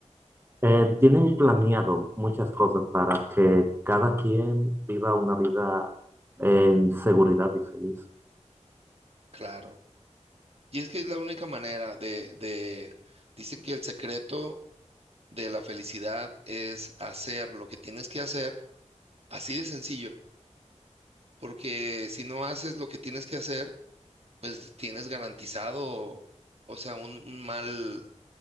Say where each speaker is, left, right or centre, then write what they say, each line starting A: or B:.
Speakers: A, on the right; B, on the right.
A: eh, tienen planeado muchas cosas para que cada quien viva una vida en seguridad y feliz.
B: claro. Y es que es la única manera de, de, dicen que el secreto de la felicidad es hacer lo que tienes que hacer, así de sencillo, porque si no haces lo que tienes que hacer, pues tienes garantizado, o sea, un, un mal,